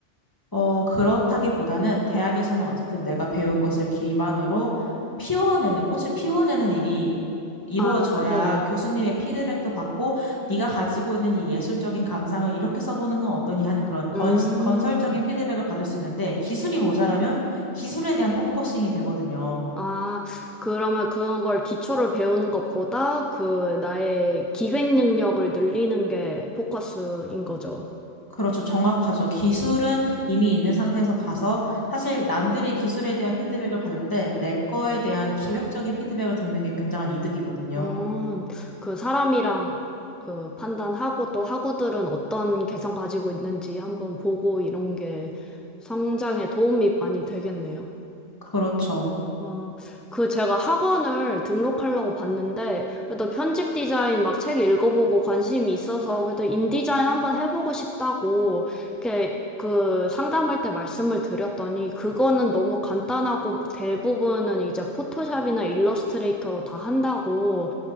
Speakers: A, on the left (about 15°); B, in the centre.
A: 어, 그렇다기보다는 대학에서는 어쨌든 내가 배운 것을 기반으로 피워내는, 꽃을 피워내는 일이 이루어져야
B: 아, 네.
A: 교수님의 피드백도 받고 네가 가지고 있는 이 예술적인 감상을 이렇게 써보는 건 어떠니 하는 그런 건,
B: 음.
A: 건설적인 피드백을 받을 수 있는데 기술이 모자라면 기술에 대한 포커싱이 되거든요.
B: 아, 그러면 그런 걸 기초를 배우는 것보다 그 나의 기획 능력을 늘리는 게 포커스인 거죠.
A: 그렇죠. 정확하죠. 기술은 이미 있는 상태에서 가서 사실 남들이 기술에 대한 피드백을 받을 때 내 거에 대한 기획적인 피드백을 듣는 게 굉장한 이득이거든요.
B: 음, 그 사람이랑 그 판단하고 또 학우들은 어떤 개성 가지고 있는지 한번 보고 이런 게 성장에 도움이 많이 되겠네요.
A: 그렇죠.
B: 어, 그 제가 학원을 등록하려고 봤는데, 그래도 편집 디자인 막 책 읽어보고 관심이 있어서, 그래도 인디자인 한번 해보고 싶다고, 이렇게 그 상담할 때 말씀을 드렸더니, 그거는 너무 간단하고 대부분은 이제 포토샵이나 일러스트레이터로 다 한다고